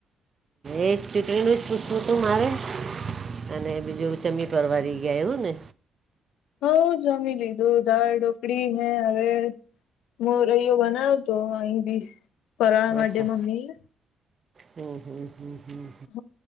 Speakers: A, on the right; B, on the left.
A: એ ચૂટણીનું જ પૂછવું તું મારે? અને બીજું ચમી પરવારી ગયા ને?
B: હઉ જમી લીધું દાળ ઢોકળી ને હવે મો રહૈ્યો બનાવ તો અહી બી ફરાળવા
A: અચ્છા
B: માટે મમ્મી
A: હમ હમ હમ હમ
B: હ